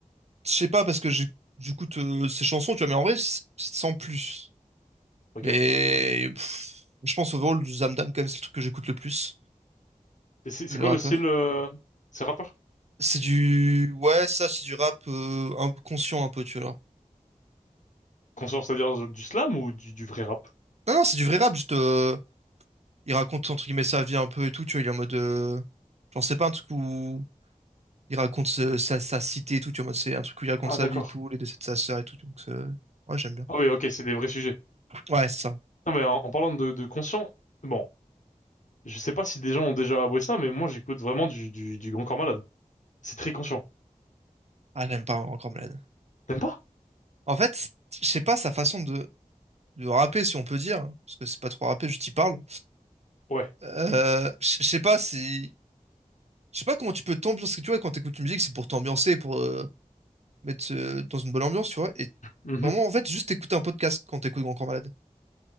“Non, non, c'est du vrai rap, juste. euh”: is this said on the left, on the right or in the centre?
Right